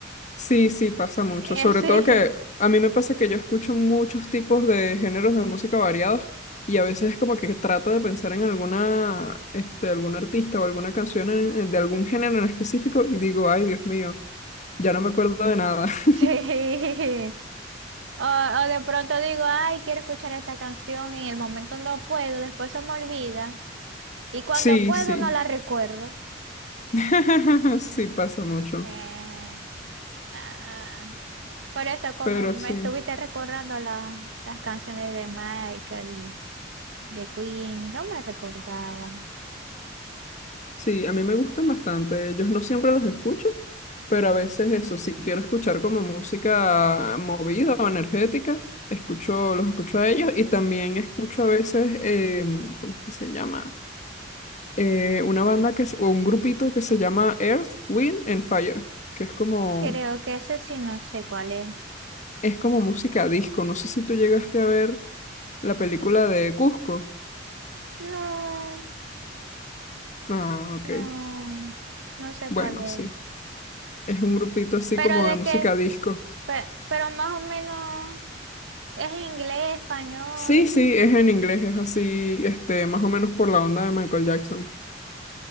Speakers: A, on the left; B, on the right.
A: Sí, sí, pasa mucho.
B: Eh,
A: Sobre
B: sí,
A: todo que a mí me pasa que yo escucho muchos tipos de géneros de música variados y a veces es como que trato de pensar en alguna, este, algún artista o alguna canción en- en- de algún género en específico y digo, ay, Dios mío, ya no me acuerdo de nada. <laughs>
B: <laughs> sí. O, o de pronto digo, ay, quiero escuchar esta canción y en el momento no puedo, después se me olvida. Y cuando
A: Sí,
B: puedo
A: sí.
B: no la recuerdo.
A: <laughs> Sí, pasa mucho.
B: Eh, ah, por eso, como
A: Pero
B: me
A: sí.
B: estuviste recordando la- las canciones de Michael, de Queen, no me recordaba.
A: Sí, a mí me gustan bastante. Ellos no siempre los escucho, pero a veces eso, si quiero escuchar como música movida o energética, escucho, los escucho a ellos y también escucho a veces, eh, ¿cómo es que se llama? Eh, una banda que es- o un grupito que se llama Earth, Wind and Fire, que es como,
B: Creo que ese sí no sé cuál es.
A: es como música disco. No sé si tú llegaste a ver la película de Cusco.
B: No,
A: Ah, ok.
B: no, no sé
A: Bueno,
B: cuál es.
A: sí. Es un grupito así
B: Pero
A: como
B: de
A: de música
B: qué,
A: disco.
B: pe- pero más o menos es inglés, español.
A: Sí, sí, es en inglés, es así, este, más o menos por la onda de Michael Jackson.